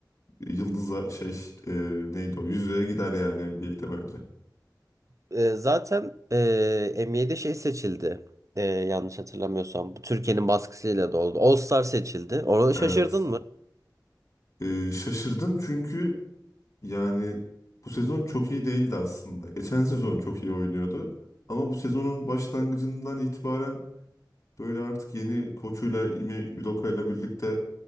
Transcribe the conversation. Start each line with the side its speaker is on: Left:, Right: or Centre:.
Left: yıldıza şey e, neydi o yüzüğe gider yani NBA'de bence.
Right: Ee, zaten e, NBA'de şey seçildi. Ee, yanlış hatırlamıyorsam. Bu Türkiye'nin baskısıyla da oldu. All-Star seçildi. Orada
Left: Evet.
Right: şaşırdın mı?
Left: Ee, şaşırdım çünkü yani bu sezon çok iyi değildi aslında. Geçen sezon çok iyi oynuyordu. Ama bu sezonun başlangıcından itibaren böyle artık yeni koçuyla Ime Udoka'yla birlikte